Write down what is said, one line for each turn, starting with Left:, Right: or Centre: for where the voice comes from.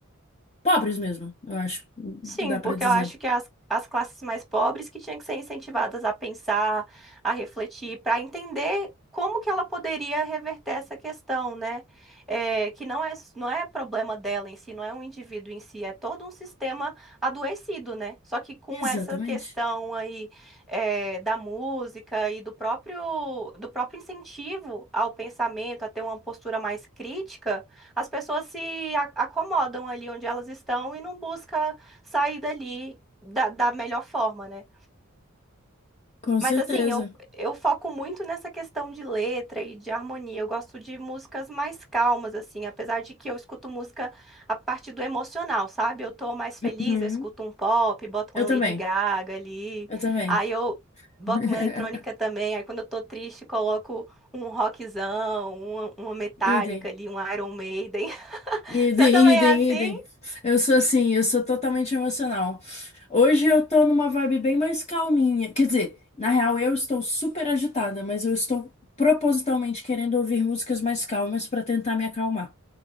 Left: pobres mesmo, eu acho, dá
Centre: Sim,
Left: para
Centre: porque
Left: dizer.
Centre: eu acho que as, as classes mais pobres que tinham que ser incentivadas a pensar, a refletir, para entender como que ela poderia reverter essa questão, né? É, que não é, não é problema dela em si, não é um indivíduo em si, é todo um sistema adoecido, né? Só que com
Left: Exatamente,
Centre: essa questão aí é, da música e do próprio, do próprio incentivo ao pensamento, a ter uma postura mais crítica, as pessoas se a- acomodam ali onde elas estão e não busca sair dali da, da melhor forma, né?
Left: com
Centre: Mas
Left: certeza.
Centre: assim, eu, eu foco muito nessa questão de letra e de harmonia. Eu gosto de músicas mais calmas, assim, apesar de que eu escuto música a partir do emocional, sabe? Eu tô mais feliz,
Left: Uhum.
Centre: eu escuto um pop, boto
Left: Eu
Centre: uma Lady
Left: também,
Centre: Gaga ali,
Left: eu também.
Centre: aí eu boto
Left: <laughs>
Centre: uma eletrônica também, aí quando eu tô triste, coloco um rockzão, uma, uma Metallica
Left: Idem.
Centre: ali, um Iron Maiden. <laughs>
Left: Idem,
Centre: Você também
Left: idem,
Centre: é assim?
Left: idem. Eu sou assim, eu sou totalmente emocional. Hoje eu tô numa vibe bem mais calminha. Quer dizer, na real eu estou super agitada, mas eu estou propositalmente querendo ouvir músicas mais calmas pra tentar me acalmar,